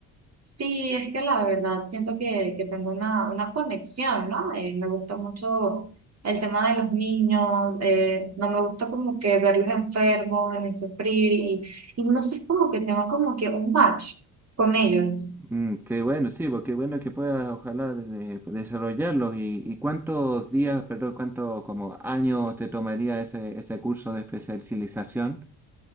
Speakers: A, on the right; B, in the centre.
A: Sí, es que la verdad siento que, que tengo una, una conexión, ¿no? Eh, me gusta mucho el tema de los niños, eh, no me gusta como que verlos enfermos, ni sufrir, y, y no sé, como que tengo como que un batch con ellos.
B: Mm, qué bueno, sí, porque bueno que puedas ojalá de- de- desarrollarlos. ¿Y, y cuántos días, perdón, cuántos como años te tomaría ese, ese curso de especialización?